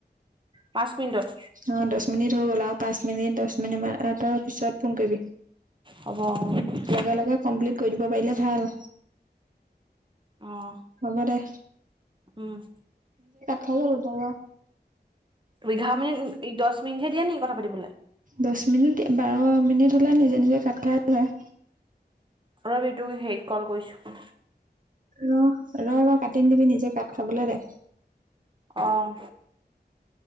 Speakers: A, on the right (about 25°); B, on the right (about 50°).
A: পাঁচ মিনিটত
B: অ দহ মিনিট হৈ গল আৰু পাঁচ মিনিট, দহ মিনিট মান। এটাৰ পিছত ফোন কৰিবি
A: হ'ব অ',
B: লগে লগে। কমপ্লিট কৰি দিব পাৰিলে ভাল।
A: আহ
B: হ'ব দে
A: উম।
B: খেললে তব
A: এঘাৰ মিনিট দহ মিনিটহে দিয়ে নি কথা পাতিব।
B: দহ মিনিট বাৰ মিনিট হ'লে নিজে নিজে কাত খাই যায়।
A: ৰ এইটোক হেৰিত কল কৰিছো।
B: ৰ ৰ ৰ কাটি নি দিবি নিজে কাট খাবলে দে।
A: অ',